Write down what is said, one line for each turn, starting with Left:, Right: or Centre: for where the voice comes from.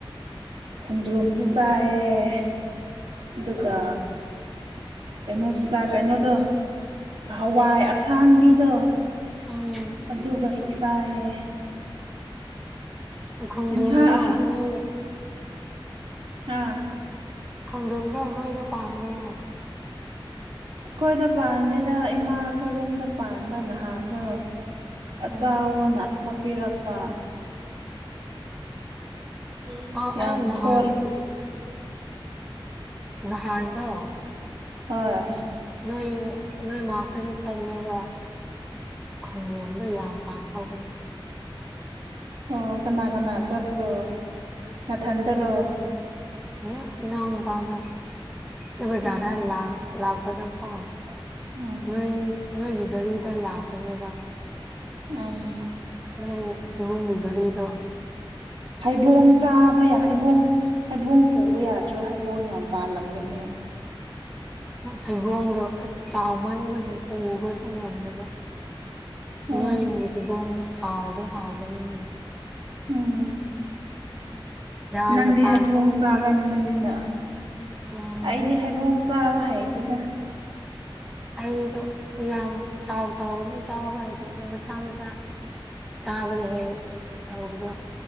Right: ꯈꯣꯡꯗ꯭ꯔꯨꯝꯁꯨ ꯆꯥꯏꯌ‌ꯦ ꯑꯗꯨꯒ ꯀꯩꯅꯣꯁꯨ ꯆꯥꯏ ꯀꯩꯅꯣꯗꯣ ꯍꯋꯥꯏ ꯑꯁꯥꯡꯕꯤꯗꯣ
Centre: ꯎꯝ
Right: ꯑꯗꯨꯒꯁꯨ ꯆꯥꯏꯌꯦ
Centre: ꯈꯣꯡꯗ꯭ꯔꯨꯝꯗꯣ
Right: ꯏꯟꯁꯥꯡ
Centre: ꯅꯣꯏ
Right: ꯍꯥꯥ
Centre: ꯈ‌ꯣꯡꯗ꯭ꯔꯨꯝꯗ‌ꯣ ꯅꯣꯏꯗ ꯄꯥꯟꯕ꯭ꯔꯣ
Right: ꯑꯩꯈꯣꯏꯗ ꯄꯥꯟꯗꯦꯗ ꯏꯃꯥ ꯑꯩꯈꯣꯏꯔꯣꯝꯗ ꯄꯥꯟꯕ ꯅꯍꯥꯟꯗꯣ
Centre: ꯎꯝ
Right: ꯆꯑꯣꯅ ꯑꯃ ꯍꯥꯞꯄꯤꯤꯔꯛꯄ ꯎꯝ
Centre: ꯑ
Right: ꯌꯥꯝ
Centre: ꯑꯩ ꯅꯍꯥꯟ
Right: ꯊꯣꯂꯦ
Centre: ꯅꯍꯥꯟꯗꯣ
Right: ꯍꯣꯏ
Centre: ꯅꯣꯏ ꯅꯣꯏ ꯃꯥꯈꯣꯏꯗꯣ ꯆꯟꯗꯦꯜꯔꯥ ꯈꯨꯡꯗ꯭ꯔꯨꯝꯗ‌ꯣ ꯌꯥꯝ ꯄꯥꯟꯍꯧꯕꯅꯤ
Right: ꯑꯣ ꯀꯅꯥ ꯀꯅꯥ ꯆꯠꯞꯄ꯭ꯔꯣ ꯅꯊꯟꯇꯔꯣ
Centre: ꯍꯝ ꯏꯅꯥꯎꯅꯨꯄꯥꯒ ꯁꯤ ꯕꯖꯥꯔꯗ
Right: ꯑꯣ
Centre: ꯂꯥꯛꯄꯗꯀ‌ꯣ
Right: ꯎꯝ
Centre: ꯅꯣꯏ ꯅꯣꯏꯒꯤ ꯒꯥꯔꯤꯗ ꯂꯥꯛꯄꯅꯦꯕ
Right: ꯎꯝ
Centre: ꯅꯣꯏ ꯏꯃꯨꯡꯒꯤ ꯘꯔꯤꯗ꯫
Right: ꯍꯩꯕꯣꯡ ꯆꯥꯕ ꯌꯥ ꯍꯩꯕꯣꯡ ꯍꯩꯕꯣꯡ ꯄꯨꯕ ꯌꯥꯗ꯭ꯔꯣ ꯍꯩꯕꯣꯡ ꯌꯥꯝ ꯄꯥꯜꯂꯝꯒꯅꯤ꯫
Centre: ꯍꯩꯕꯣꯡꯗꯣ ꯑ ꯆꯥꯎꯃꯟꯕꯗꯤ ꯎꯕꯁꯨ ꯉꯝꯗꯕ ꯎꯝ
Right: ꯑꯣ
Centre: ꯏꯣꯗꯦ ꯍꯥꯎꯗꯤ ꯍꯥꯎꯕꯅꯤ꯫
Right: ꯎꯝ꯫
Centre: ꯌꯥꯝꯅ
Right: ꯅꯪꯗꯤ
Centre: ꯄꯥꯟ
Right: ꯍꯩꯕꯣꯡ
Centre: ꯍꯧꯕꯅꯤ
Right: ꯆꯥꯒꯟꯕꯅꯤꯅ
Centre: ꯎꯝ
Right: ꯑꯩꯗꯤ꯫ ꯊꯩꯕꯣꯡ ꯆꯥꯕ ꯍꯩꯇꯦꯗ
Centre: ꯑꯩꯁꯨ ꯌꯥꯝ ꯆꯥꯎ ꯆꯥꯎꯕ ꯑꯗꯨ ꯆꯥꯕ ꯍꯩꯇꯦꯗ ꯑꯗꯨ ꯃꯆꯥ ꯃꯆꯥ ꯆꯥꯕꯗ ꯍ ꯇꯗꯣ꯫